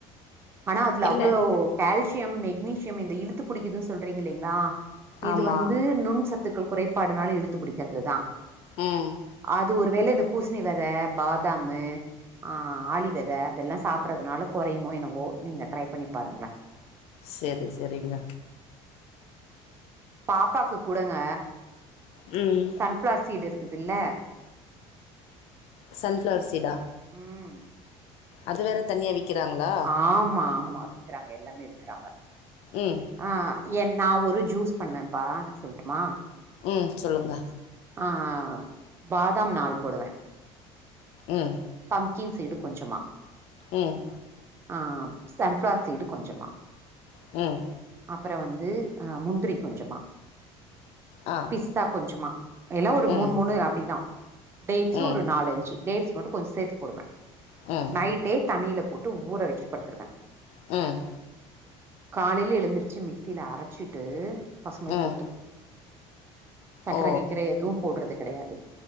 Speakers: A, on the right; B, on the left.
A: ஆனா அதுல
B: இல்ல
A: அவ்ளோ கால்சியம் மெக்னீசியம் இந்த இழுத்து பிடிக்குதுன்னு சொல்றீங்க இல்லைங்களா இது
B: ஆமா
A: வந்து நுண் ச த்துக்கள் குறைபாடுனால இழுத்து படிக்கிறதுதான்
B: ம்
A: அது ஒரு வேள இந்த பூஸ்ணி வெத பாதாமு ஆ ஆலி வெத அதெல்லாம் சாப்பறதுனால கொறையுமோ என்னவோ நீங்க ட்ரை பண்ணி பாருங்கள
B: செரி செரிங்க
A: பாப்பாக்கு குடுங்க
B: ம்
A: சன்ஃப்ளார் சீடு இருக்குதுல்ல
B: சன்ஃப்ளவர் சீடா
A: ம்
B: அது வேற தனியா வி கிறாங்களா
A: ஆமா ஆமா விக்கறாங்க எல்லாமே விக்கறாங்க
B: ம்
A: ஆ என் நா ஒரு ஜூஸ் பண்ணுனேன்ப்பா சொல்ட்டுமா
B: ம் சொல்லுங்க
A: ஆ பாதாம் நாள் போடுவேன்
B: உம்
A: பம்கீன் சீடு கொஞ்சமா
B: ம்
A: ஆ சன்ஃப்ளார் சீடு கொஞ்சமா
B: ம்
A: அப்பறோ வந்து முந்திரி கொஞ்சமா
B: ஆ
A: ஸ்தா கொஞ்சோமா எல்லா ஒரு
B: ம்
A: மூண் மூணு அப்டிதா டேட்ஸ்சு
B: ம்
A: ஒரு நாலஞ்சு டேட்ஸ் மட்டு கொஞ் சேத்து போடுவ
B: ம்
A: நைட்டே தண்ணில போட்டு ஊர வச்சுட் படுத்ருவ
B: ம்
A: காலைல எழுந்துருச்சு மிக்சில அரைச்சிட்டு பசங்ளுக்
B: ம்
A: குடுத்ரு சக்கர
B: ஓ
A: கிக்கர எதுவு போட்றது கெடையாது